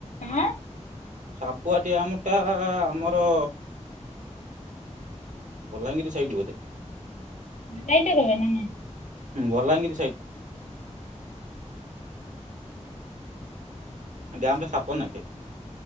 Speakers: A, on the left (about 75°); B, on the right (about 85°).
A: ହଁ।
B: ସାପୁଆ ଡ୍ୟାମଟା ଆମର ବଲାଙ୍ଗୀର ସାଇଡ୍ ବୋଧେ।
A: ତମେ ଯାଇଛ କେବେ ନା ନାଇଁ?
B: ହୁଁ ବଲାଙ୍ଗୀର ସାଇଟ ଡ୍ୟାମ୍ ଟା ସାପ ନାଖେ।